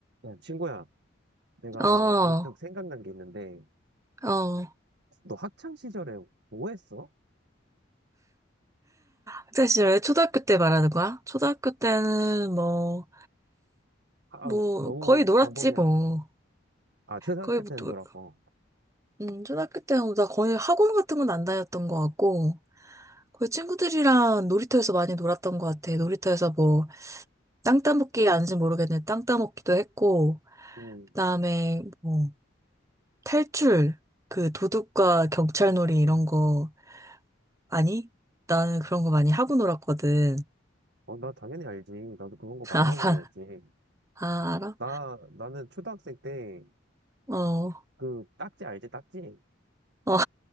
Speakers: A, on the right (about 60°); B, on the right (about 15°).
A: 야, 친구야, 내가
B: 어,
A: 문득 생각난 게 있는데,
B: 어.
A: 너 학창 시절에 뭐 했어?
B: 학창 시절, 초등학교 때 말하는 거야? 초등학교 때는 뭐,
A: 아,
B: 뭐,
A: 어, 너무
B: 거의 놀았지,
A: 광범위한.
B: 뭐.
A: 아, 초등학교
B: 거의 뭐,
A: 때는
B: 놀-
A: 놀았고.
B: 음, 초등학교 때는 뭐 나 거의 학원 같은 건 안 다녔던 것 같고, 거의 친구들이랑 놀이터에서 많이 놀았던 것 같아. 놀이터에서 뭐, 땅 따먹기 아닌지 모르겠는데, 땅 따먹기도 했고,
A: 음,
B: 그다음에 뭐, 탈출, 그 도둑과 경찰놀이 이런 거, 아니? 나는 그런 거 많이 하고 놀았거든.
A: 어, 나 당연히 알지. 나도 그런 거
B: <laughs>
A: 많이 하고 다녔지.
B: 아, 아, 알아?
A: 나, 나는 초등학생 때,
B: 어.
A: 그, 딱지 알지? 딱지?
B: 어.